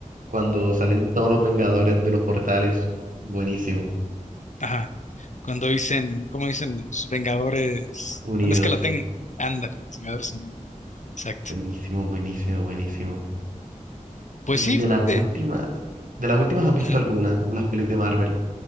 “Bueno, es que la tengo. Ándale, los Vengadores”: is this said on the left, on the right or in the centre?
Left